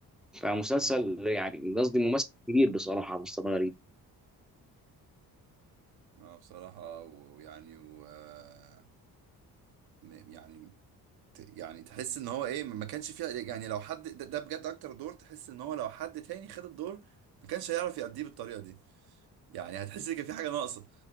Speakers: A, in the centre; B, on the right.
A: فمسلسل
B: امم
A: يعني قصدي ممثل كبير بصراحة مصطفى غريب
B: اه بصراحة و- ويعني و آه، م- يعني ت- يعني تحس ان هو ايه ما كانش فيها يعني لو حد ده, ده بجد اكتر دور تحس ان هو لو حد تاني خد الدور ما كانش هيعرف يأديه بالطريقة دي يعني هتحس ان كان في حاجة ناقصة